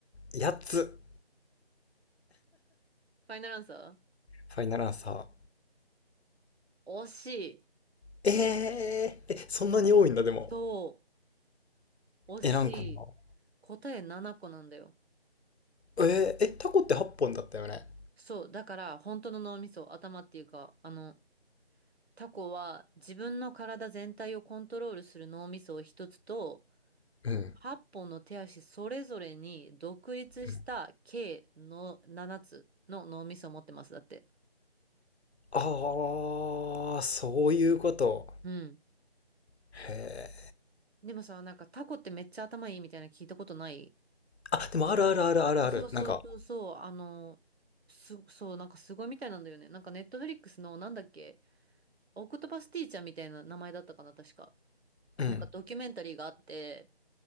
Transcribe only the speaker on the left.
ー、8つ。
ファイナルアンサー。
えー、え、そんなに多いんだ、でも。
え、何個なの
えー、え、タコって8本だったよね。
うん。
うん
ああ、そういうこと。
へえ。
あ、でもあるあるあるあるある。
なんか、
うん、